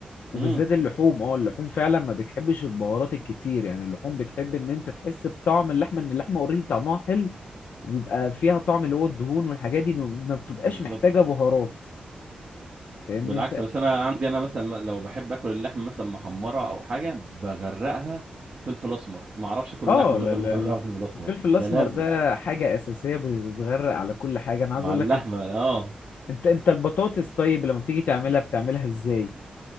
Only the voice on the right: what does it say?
امم
بالظبط
بالعكس
بس انا عندي انا مثلا م- لو بحب اكل اللحمه مثلا محمره او حاجه بغرقها فلفل اسمر ما اعرفش اكل
اللحمه من
غير
ما اغرقها
فلفل اسمر
ده
لازم
مع
اللحمه
اه